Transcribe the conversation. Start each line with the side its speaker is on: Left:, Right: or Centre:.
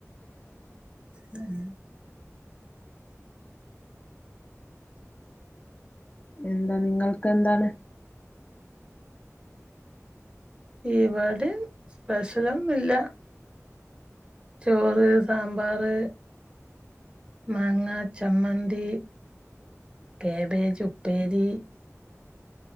Right: ഉം
Left: എന്താ നിങ്ങൾക്ക് എന്താണ്
Right: ഇവിടെ സ്പെഷലൊന്നുമില്ല ചോറ് സാമ്പാറ് മാങ്ങാ ചമ്മന്തി കേബേജ് ഉപ്പേരി